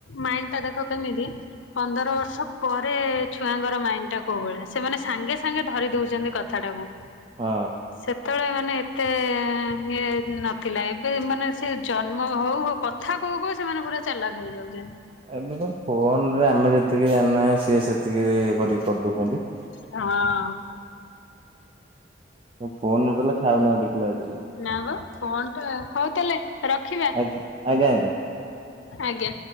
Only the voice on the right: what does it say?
ହଁ।
ଏବେ ତ ଫୋନ୍ ରେ ଆମେ ଯେତିକି ଜାଣିନାହାନ୍ତି ସିଏ ସେତିକି କରିପକୁଅନ୍ତି।
ଆଉ ଫୋନ୍ ନଦେଲେ ଖାଉନାହାନ୍ତି ପିଲା ଆଜିିକାଲି।
ଆଜ୍ଞା ଆଜ୍ଞା ଆଜ୍ଞା।